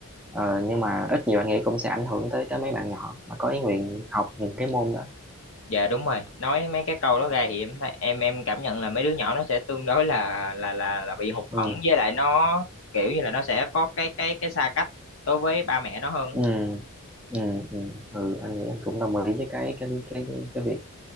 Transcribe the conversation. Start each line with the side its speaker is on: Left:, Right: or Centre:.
Centre: ờ, nhưng mà ít nhiều anh nghĩ cũng sẽ ảnh hưởng tới tới mấy bạn nhỏ mà có ý nguyện học những cái môn đó
Left: dạ đúng rồi nói mấy cái câu đó ra thì em thấy- em em cảm nhận là mấy đứa nhỏ nó sẽ tương đối là là là là bị hụt hẫng
Centre: ừ
Left: với lại nó kiểu như là nó sẽ có cái cái cái xa cách đối với ba mẹ nó hơn
Centre: ừ ừ ừ, ừ anh nghĩ anh cũng đồng ý với cái cái cái cái việc